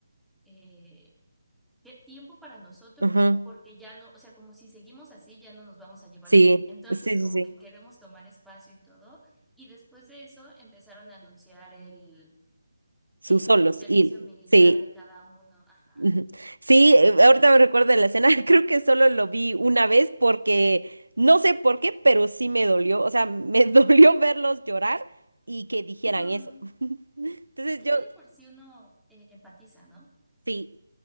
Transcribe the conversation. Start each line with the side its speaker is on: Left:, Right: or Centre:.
Centre: eh, ¿Qué tiempo para nosotros?
Right: ujú,
Centre: Porque ya no, o sea, como si seguimos así, ya no nos vamos a llevar
Right: Sí,
Centre: bien. Entonces,
Right: sí, sí,
Centre: como
Right: sí.
Centre: que queremos tomar espacio y todo. Y después de eso empezaron a anunciar el,
Right: Sus
Centre: el
Right: solos.
Centre: servicio
Right: Y
Centre: militar
Right: sí.
Centre: de cada uno. Ajá.
Right: Ujú. Sí, eh, ahorita me recuerdo de la escena, <laughs> creo que solo lo vi una vez porque no sé por qué, pero sí me dolió, o sea, me <laughs> dolió verlos llorar y que dijeran
Centre: Ujú.
Right: eso. <laughs> Entonces
Centre: Es que
Right: yo...
Centre: ya de por sí uno eh, empatiza, ¿no?
Right: Sí,